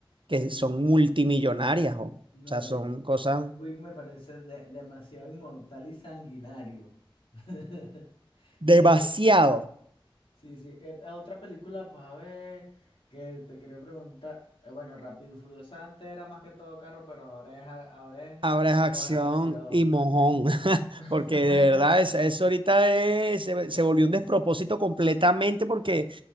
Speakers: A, on the right; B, on the left.
A: que
B: Sí.
A: son multimillonarias, jo. o
B: No,
A: sea, son
B: eh, yo-
A: cosas
B: John Wick me parece de- demasiado inmortal y sanguinario. <laughs> O
A: demasiado.
B: sea, sí, sí. Eh, eh, otra película, pues a ver, que te quería preguntar. eh, bueno, Rápido y Furioso antes era más que todo carro, pero ahora es, a- ahora
A: Ahora
B: es como
A: es
B: tipo
A: acción
B: de acción.
A: y mojón,
B: ¿no?
A: <laughs>
B: <laughs>
A: porque de verdad es- eso ahorita es- se, se volvió un despropósito completamente porque